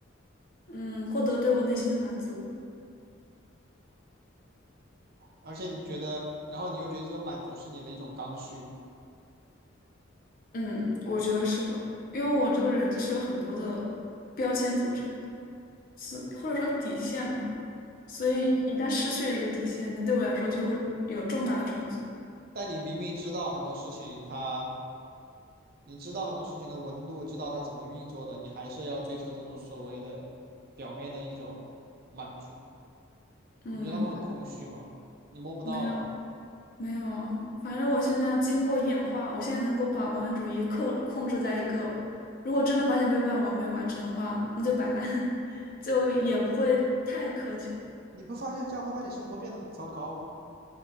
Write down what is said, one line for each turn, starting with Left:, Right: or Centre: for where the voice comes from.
Left: 嗯，获得对我内心的满足。
Right: 而且你觉得，然后你又觉得这种满足是你的一种刚需，
Left: 嗯，我觉得是的，因为我这个人就是有很多的标签组成，是或者说底线吧，所以一旦失去了一个底线，那对我来说就会有重大的重组。
Right: 但你明明知道很多事情它，你知道很多事情的纹路，知道它怎么运作的，你还是要追求这种所谓的表面的一种满足。
Left: 嗯，
Right: 你不觉得他们很空虚吗？你摸不到的呀，
Left: 没有没有啊，反正我现在经过演化，我现在能够把完美主义控控制在一个，如果真的发现没有办法完美完成的话，那就摆烂，<laughs> 就也不会太苛求。
Right: 你不发现这样会把你生活变得很糟糕吗？